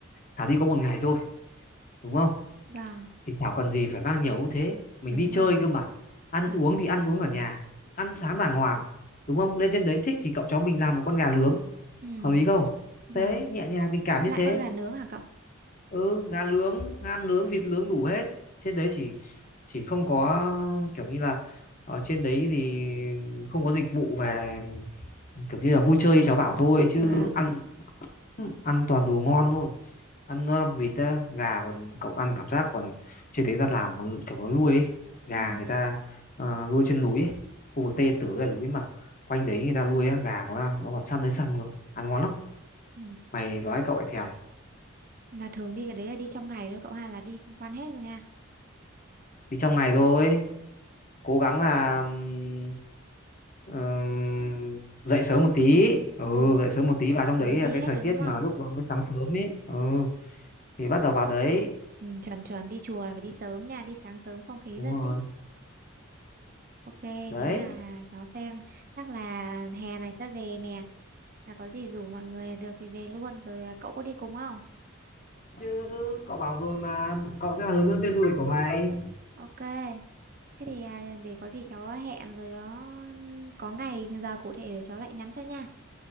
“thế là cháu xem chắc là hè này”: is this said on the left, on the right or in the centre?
Right